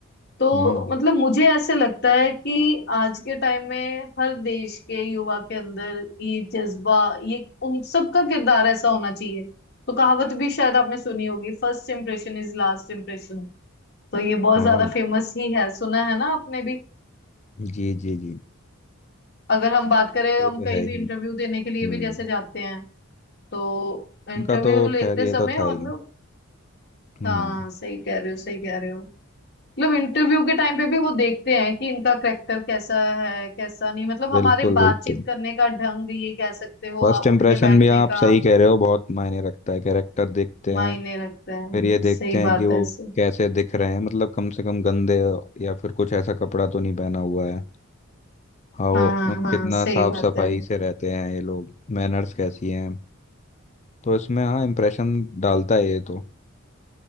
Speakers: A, on the left (about 50°); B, on the left (about 35°).
A: तो
B: हम्म
A: मतलब मुझे ऐसे लगता है कि आज के टाइम में हर देश के युवा के अंदर ये जज्बा ये उन सबका किरदार ऐसा होना चाहिए तो कहावत भी शायद आपने सुनी होगी first impression is last impression तो ये बहुत
B: हाँ
A: ज्यादा फेमस ही है सुना है ना आपने भी
B: जी जी जी
A: अगर हम बात करें
B: ये
A: हम
B: तो
A: कहीं
B: है
A: भी
B: ही
A: इंटरव्यू देने के लिए
B: हम्म
A: भी जैसे जाते हैं तो इंटरव्यू
B: उनका तो
A: लेते
B: खैर ये
A: समय
B: तो था ही
A: मतलब
B: हम्म
A: हाँ सही कह रहे हो सही कह रहे हो मतलब इंटरव्यू के टाइम पे भी वो देखते हैं कि इनका करेक्टर कैसा है कैसा नहीं मतलब हमारे
B: बिल्कुल
A: बातचीत
B: बिल्कुल
A: करने का ढंग ये कह सकते हो
B: फर्स्ट
A: आ-
B: इम्प्रेशन
A: उठने बैठने
B: भी आप
A: का
B: सही कह रहे हो बहुत मायने रखता है कैरेक्टर देखते
A: मायने
B: हैं
A: रखता है
B: फिर ये देखते
A: सही
B: हैं
A: बात
B: कि वो
A: है सही
B: कैसे दिख रहे हैं मतलब कम से कम गंदे या फिर कुछ ऐसा कपड़ा तो नहीं पहना हुआ है हाँ वो
A: हाँ हाँ
B: कितना
A: हाँ सही
B: साफ
A: बात
B: सफाई
A: है
B: से रहते हैं ये लोग मैनर्स कैसी हैं तो इसमें हाँ इम्प्रेशन डालता है ये तो